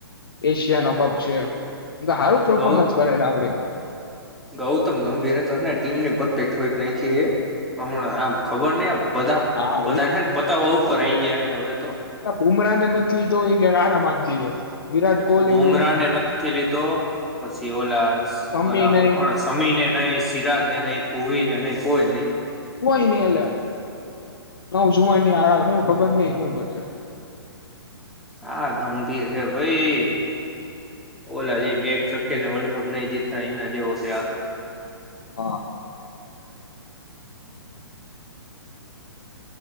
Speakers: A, on the left (about 60°); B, in the centre.
A: એશિયાનો કપ છે. એમ તો સારું પફોર્મન્સ
B: ગૌ
A: કરે છે આપડે
B: ગૌતમ ગંભીર હતોને ટીમની પત ટેટ હોક નઈ કી હ <inaudible> હમણા આમ ખબર નઈ, આમ બધા
A: હા
B: બધાનને પતાવ ઉપર આવી ગયા. ગયા ય હવે! તો
A: બુમરા ને નથી લીધો ઈ એને આરામ આપી દીધો. વિરાટ કોહલી
B: બુમરાને
A: નહી
B: નથી લીધો, પછી ઓલા
A: શમી
B: ઓલા
A: નહી
B: હું કોણ સમીને નહી, સિરાજ ને નહી, ભૂવીને નહી, કોઈ નહી.
A: કોઈ નઈ એલા નવ જુવાની આળા, હું ખબર નહી શું કરશે?
B: હા ગંભીર હે ભાઈ ઓલા જે, એક છકે ને વર્લ્ડ કપ નહી જીતતા એના જેવો છે. આ તો
A: હા!
B: <inaudible>